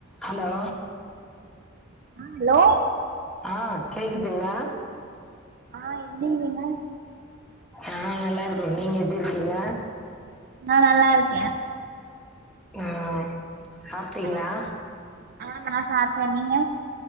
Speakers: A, in the centre; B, on the right.
A: hello
B: ஆ hello
A: ஆ கேக்குதுங்ளா
B: ஆ எந்திரிக்கிலங்க
A: ஆ நல்லா இருக்கோ நீங்க எப்டி இருக்கீங்க
B: நா நல்லாருக்கே
A: ஆ சாப்டீங்ளா
B: ஆ ஆ நா சாப்டே நீங்க